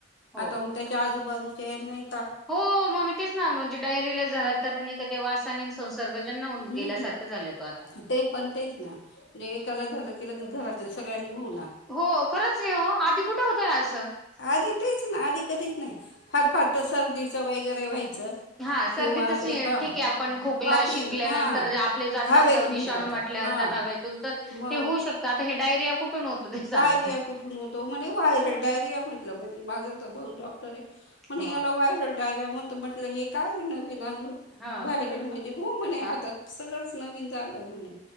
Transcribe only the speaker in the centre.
हो.
हो मगी तेच ना म्हणजे डायरीला झाला तर ते वासानी संसर्ग जनना
गेल्यासारखं झालं तो आता
हो खरंच आहे हो आधी कुठे होतं ना असं.
हा सर्दीच
ठीक आहे आपण खोकला
शिंकल्यानंतर
आपले जातात
विषाणू
म्हटल्या
त्याात हवतून तर
ते होऊ शकतात डायरिया कुठून होतं ते सांगा
तर.
हं.
हां.